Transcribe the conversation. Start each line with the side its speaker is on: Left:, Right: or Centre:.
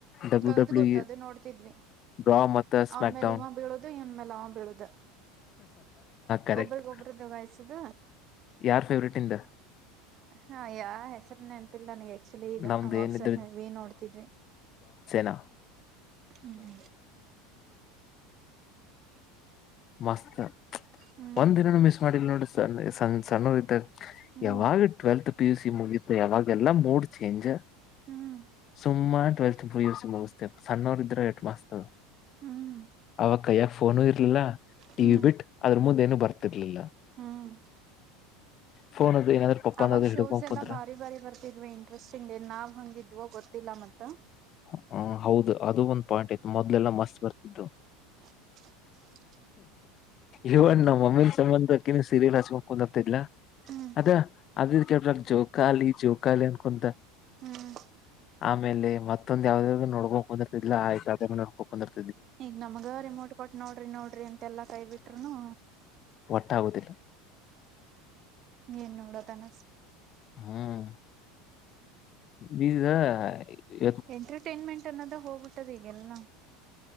Left: ಡಬ್ಲ್ಯೂ
Right: ಅದು
Left: ಡಬ್ಲ್ಯೂ
Right: ಗೊತ್ತ
Left: ಇ
Right: ಅದು ನೋಡ್ತಿದ್ವಿ
Left: ಡ್ರಾ ಮತ್ತ
Right: ಅವನ್
Left: ಸ್ಮ್ಯಾಕ್
Right: ಮೇಲೆ
Left: ಡೌನ್
Right: ಇವ ಬೀಳುದು ಇವನ್ ಮೇಲೆ ಅವ ಬೀಳುದ
Left: ಕರೆಕ್ಟ್
Right: ಒಬರಿ ಗೊಬರದ್ದಗಾಯ್ಸದ
Left: ಯಾರ್ ಫೇವ್ರೇಟ್ ಇಂದ
Right: <inaudible> ಹಾ ಯಾವ ಹೆಸರನ್ನ ನೆಪಿಲ್ಲ ನನಗೆ ಆಕ್ಚುಲಿ ಈಗ
Left: ನಮ್ದ
Right: ಅವಾಗ
Left: ಏನಿದ್ರು
Right: ವೀ ನೋಡ್ತಿದ್ವಿ
Left: ಜನ್ಸಿನ
Right: ಹ್ಮ್
Left: ಮಸ್ತ್
Right: ಹ್ಮ್
Left: ಒಂದ್ ದಿನನು ಮಿಸ್ ಮಾಡಲ್ ನೋಡ ಸ ಸಣ್ಣ ಸಣ್ಣರ್ ಇದ್ದಾಗ
Right: ಹ್ಮ್
Left: ಯಾವಾಗ ಟ್ವೆಲ್ತ್ ಪಿ ಯು ಸಿ ಮುಗತ್ತು ಯಾವಾಗ ಎಲ್ಲಾ ಮೂಡ್ ಚೇಂಜ್
Right: ಹ್ಮ್
Left: ಸುಮ್ಮ ಟ್ವೆಲ್ತ್ ಸಸ್ತೇ ಸಣ್ಣವರ್ ಇದ್ರೆ ಎಷ್ಟು ಮಾಸ್ತ್
Right: ಹ್ಮ್
Left: ಅವ ಕೈಯ್ಯ ಫೋನು ಇರ್ಲಿಲ್ಲ ಟಿವಿ
Right: ಹ್ಮ್
Left: ಬಿಟ್ ಅದ್ರ ಮುಂದೆ ಏನು ಬರ್ತಿರ್ಲಿಲ್ಲ
Right: ಹ್ಮ್
Left: ಫೋನ್ ಅದು ಏನಾದ್ರೂ ಪಪ್ಪನದು
Right: ಅವಾಗ ಶೋಸ್
Left: ಹಿಡ್ಕೊಂಡ್
Right: ಎಲ್ಲಾ
Left: ಕುಂದ್ರ
Right: ಬಾರಿ ಬಾರಿ ಬರ್ತಿದ್ವಿ ಇಂಟ್ರೆಸ್ಟಿಂಗ್ ನಾವ್ ಹಂಗಿದ್ವೋ ಗೊತ್ತಿಲ್ಲ ಮತ್ತ
Left: ಹ ಹೌದು ಅದು ಒಂದ್ ಪಾಯಿಂಟ್ ಆಯ್ತು ಮೊದ್ಲೆಲ್ಲಾ ಮಸ್ತ್ ಬರ್ತಿದ್ದು
Right: ಹ
Left: ಇವಣ ನಮ್ಮ ಮಮ್ಮಿನ್ ಸಂಬಂಧ ಅಕ್ಕಿನ ಸೀರಿಯಲ್ ಹಚ್ಬೇಕ ಕುಂದ್ ಆ್ತಿದ್ಲಾ
Right: ಹ್ಮ್
Left: ಅದ ಅದ ಕಬ್ರ ಜೋಕಾಲಿ ಜೋಕಾಲಿ ಅನ್ಕೊಂತ
Right: ಹ್ಮ್
Left: ಆಮೇಲೆ ಮತ್ತೊಂದ್ ಯಾವ್ದದಾದ್ರು ನೋಡ್ಕೋಕ್ ಬಂದಿರ್ತಿಲ್ಲ ಆಯ್ಕ ನೋಡ್ಕೋ ಬಂದಿರ್
Right: ಈಗ್ ನಮಗ ರಿಮೋಟ್ ಕೊಟ್ ನೋಡ್ರಿ ನೋಡ್ರಿ ಅಂತೆಲ್ಲಾ ಕೈ ಬಿಟರುೂನು
Left: ತ್ತಗುದಿಲ್ಲ
Right: ಏನ್ ನೋಡೋದನ
Left: ಹ್ಮ್ ಬ
Right: ಎಂಟರ್ಟೈನ್ಮೆಂಟ್ ಅನ್ನೋದ ಹೋಗ್ಬಿಟ್ಟದ ಈಗೆಲ್ಲ